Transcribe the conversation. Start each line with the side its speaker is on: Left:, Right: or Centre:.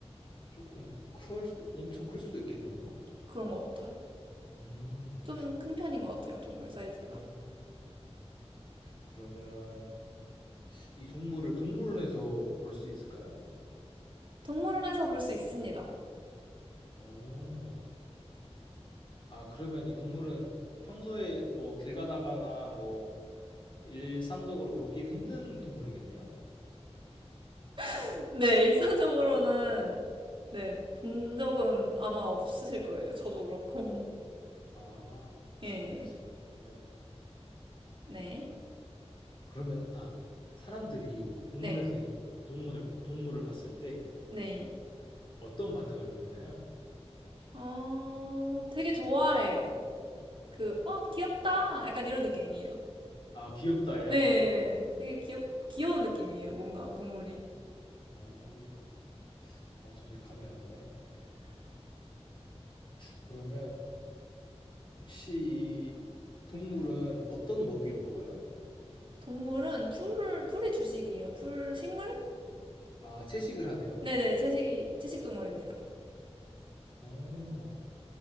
Left: 조금 클 수, 엄청 클 수도 있겠네요.
Right: 그런 것 같아요.
Left: 음,
Right: 좀 큰 편인 것 같아요. 동물 사이즈가.
Left: 음. 그러면 이 동물을 동물원에서 볼 수 있을까요?
Right: 동물원에서 볼 수 있습니다.
Left: 오... 아, 그러면 이 동물은 평소에 뭐 길 가다가나 뭐 일상적으로 보기는 힘든 동물이겠네요.
Right: <laughs> 네, 일상적으로는 네, 본 적은 아마 없으실 거예요. 저도 그렇고.
Left: 아,
Right: <laughs> 예.
Left: 알겠습니다. 그러면,
Right: 네.
Left: 그러면, 아, 사람들이 동물원에서
Right: 네.
Left: 이 동물을, 동물을 봤을 때
Right: 네.
Left: 어떤 반응을 보이나요?
Right: 어, 되게 좋아해요. 그, 어, 귀엽다. 약간 이런 느낌이에요.
Left: 아, 귀엽다예요?
Right: 예, 예, 예. 되게 귀엽, 귀여운 느낌이에요. 뭔가, 동물이.
Left: 오... 어, 도저히 감이 안 오네. 그러면 혹시 이 동물은 어떤 먹이를 먹어요?
Right: 동물은 풀을, 풀이 주식이에요. 풀, 식물?
Left: 아, 채식을 하네요?
Right: 네네, 채식, 채식 동물입니다.
Left: 오...